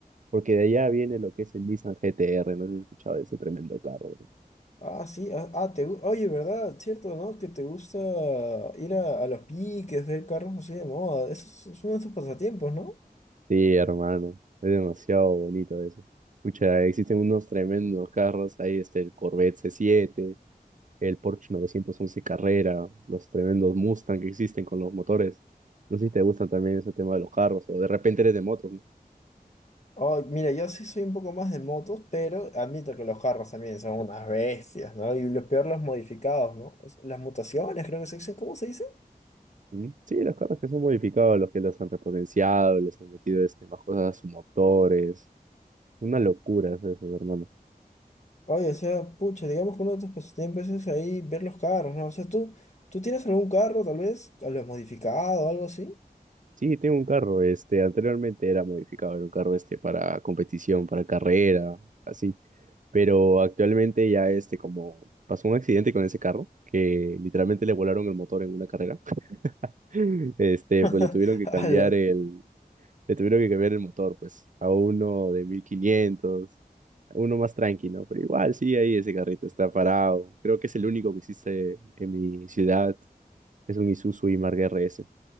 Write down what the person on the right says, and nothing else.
Porque de allá viene lo que es el Nissan GT-R, no sé si has escuchado de ese tremendo carro. bro.
Sí, hermano, es demasiado bonito eso. Escucha, existen unos tremendos carros, ahí está el Corvette C7, el Porsche 911 Carrera, los tremendos Mustang que existen con los motores. No sé si te gustan también ese tema de los carros, o de repente eres de motos, ¿no?
Mm, Sí, los carros que son modificados, los que los han repotenciado, les han metido este, más cosas a sus motores. Una locura es eso, hermano.
Sí, tengo un carro, este, anteriormente era modificado, era un carro este para competición, para carrera, así. Pero actualmente ya este, como pasó un accidente con ese carro, que literalmente le volaron el motor en una carrera, <laughs> este,
pues le tuvieron que cambiar
el, le tuvieron que cambiar el motor, pues, a uno de 1500, uno más tranqui, ¿no? Pero igual sí, ahí ese carrito está parado. Creo que es el único que existe en mi ciudad, es un Isuzu y R S.